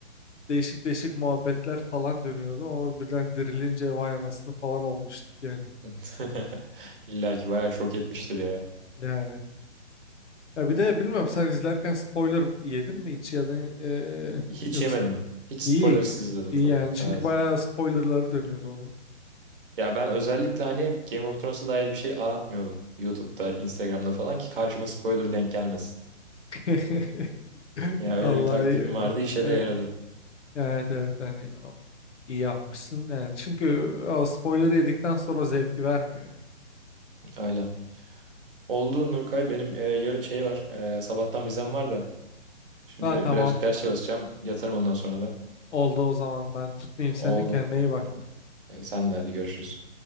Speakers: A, on the left; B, on the right.
A: değişik değişik muhabbetler falan dönüyordu ama birden dirilince vay anasını falan olmuştuk yani
B: <laughs> İlla ki bayağı şok etmiştir ya.
A: yani ya bir de bilmiyorum sen izlerken spoiler yedin mi hiç yani e,
B: Hiç
A: yoksa
B: yemedim. Hiç spoilersız
A: iyi
B: izledim
A: iyi
B: full.
A: yani çünkü
B: Evet.
A: bayağı spoilerları dönüyordu onun
B: Ya ben özellikle hani Game of Thrones'a dair bir şey aratmıyordum. YouTube'da, Instagram'da falan ki karşıma spoiler denk gelmesin.
A: <laughs>
B: Ya öyle
A: Vallahi
B: bir taktiğim vardı işe
A: e,
B: de yaradı.
A: Evet evet hani o- iyi yapmışsın yani çünkü o spoiler'ı yedikten sonra o zevki vermiyor yani.
B: Öyle. Oldu Nurkay benim e, yarın şey var. E, sabahtan vizem var da. Şimdi
A: Ha tamam
B: birazcık ders çalışacağım. Yatarım ondan sonra da.
A: oldu o zaman ben tutmayayım seni
B: Oldu.
A: kendine iyi bak.
B: E, sen de hadi görüşürüz.